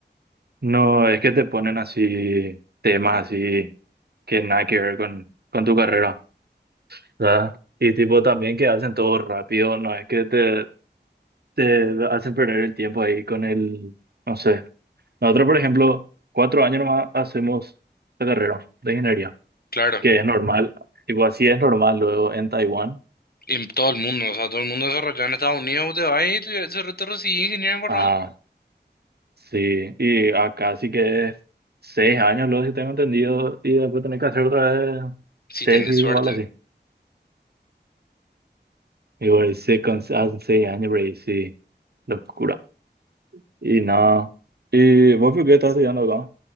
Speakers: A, on the right (about 60°); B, on the left (about 55°).
A: no es que te ponen así temas así que nada que ver con, con tu carrera. ¿verdad? Y tipo también que hacen todo rápido, no es que te, te hacen perder el tiempo ahí con el, no sé. Nosotros, por ejemplo, cuatro años nomás hacemos la carrera de ingeniería,
B: Claro,
A: que es normal, tipo así es normal luego en Taiwán.
B: en todo el mundo, o sea, todo el mundo desarrollado en Estados Unidos, te vas y te, te recibís ingeniero en Corral,
A: Ah, sí, y acá sí que es seis años luego, si tengo entendido, y después tenés que hacer otra vez
B: si
A: tesis
B: tenés suerte.
A: o algo así. Y bueno, y se cansa- hacen seis años, pero ahí sí, locura. Y nada. ¿Y vos por qué estás estudiando acá?